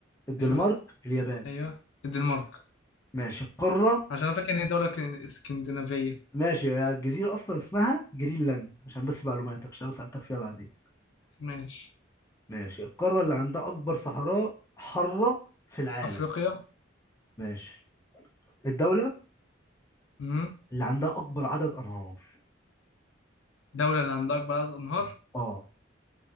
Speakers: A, on the left; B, on the left.
A: الدنمارك
B: أيوه
A: اليابان
B: أيوه الدنمارك
A: ماشي القارة
B: عشان أنا فاكر إن هي دولة ك- اسكندنافية
A: ماشي يا الجزيرة أصلا اسمها جرينلاند عشان بس معلوماتك عشان لو سألتك فيها بعدين
B: ماشي
A: ماشي القارة اللي عندها أكبر صحراء حارة في العالم
B: أفريقيا
A: ماشي الدولة
B: مم.
A: اللي عندها أكبر عدد أنهار
B: دولة اللي عندها أكبر عدد أنهار
A: آه